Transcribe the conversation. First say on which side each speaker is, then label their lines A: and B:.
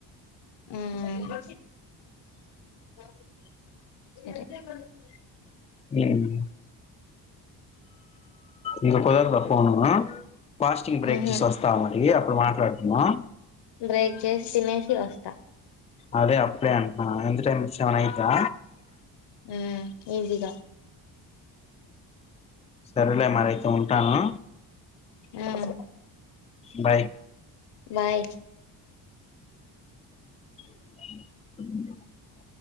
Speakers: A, on the left (about 75°); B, on the left (about 15°).
A: ఉమ్ <inaudible>
B: లేదు ఇంక కుదరదా ఫోను, ఫాస్టింగ్ బ్రేక్
A: ఉహు
B: చేసొస్తా ఏ అప్పుడు మాట్లాడుకుందాం
A: బ్రేక్ జెసి తినేసి వస్తా
B: అదే అప్పుడే అంటన్న టైం చానాయిందా
A: ఉమ్ ఈజీగా
B: సరేలే మరైతే ఉంటాను
A: ఉమ్
B: బాయ్
A: బాయ్
B: <unintelligible>